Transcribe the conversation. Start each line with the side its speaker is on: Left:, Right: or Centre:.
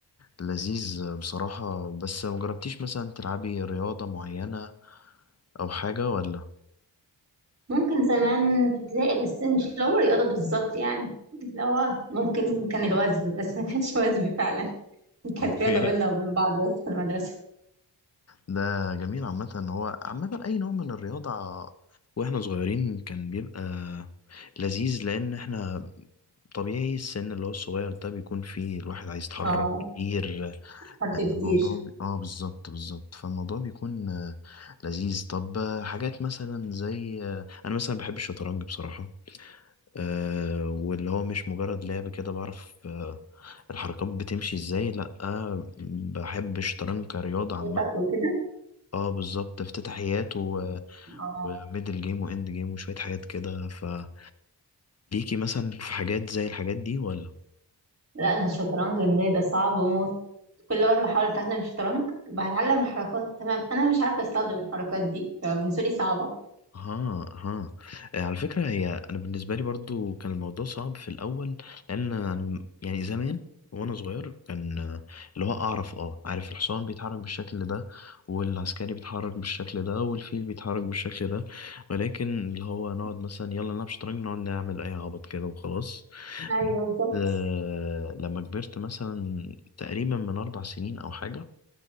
Left: لذيذ بصراحة بس مجربتيش مثلا تلعبي رياضة معينة او حاجة ولا؟
Right: ممكن زمان في ابتدائي بس مش اللي هو رياضه بالظبط يعني اللي هو ممكن كان الوزن بس ما كانش وزن فعلا <laughs> كانت
Left: <laughs> اوكي
Right: رياضه بيننا وبين بعض بس في المدرسه
Left: ده جميل عامة هو عامة أي نوع من الرياضة وإحنا صغيرين كان بيبقى لذيذ لأن إحنا طبيعي السن اللي هو الصغير ده بيكون فيه الواحد عايز يتحرك
Right: اه
Left: كتير
Right: حرف كتير
Left: الموضوع بي... آه بالظبط بالظبط فالموضوع بيكون آه، لذيذ طب آه، حاجات مثلا زي آه، أنا مثلا بحب الشطرنج بصراحة آه، واللي هو مش مجرد لعب كده بعرف آه، الحركات بتمشي إزاي لأ آه، بحب الشطرنج كرياضة عامة
Right: خطط وكده
Left: اه بالظبط افتتاحيات و...
Right: اه
Left: وميدل جيم واند جيم وشوية حاجات كده فليكي مثلا في حاجات زي الحاجات دي ولا
Right: لا انا الشطرنج بالنسبه لي ده صعب وموت كل مره بحاول اتعلم الشطرنج بتعلم الحركات تمام انا مش عارفه استخدم الحركات دي لو بالنسبه لي صعبه
Left: ها ها آه، على فكرة هي أنا بالنسبة لي برضو كان الموضوع صعب في الأول لأن أنا- يعني زمان وأنا صغير كان آه، اللي هو أعرف أه عارف الحصان بيتحرك بالشكل ده والعسكري بيتحرك بالشكل ده والفيل بيتحرك بالشكل ده ولكن اللي هو نقعد مثلا يلا نلعب شطرنج نقعد نعمل أي عبط كده وخلاص
Right: ايوه بالظبط
Left: آه، لما كبرت مثلا تقريبا من أربع سنين أو حاجة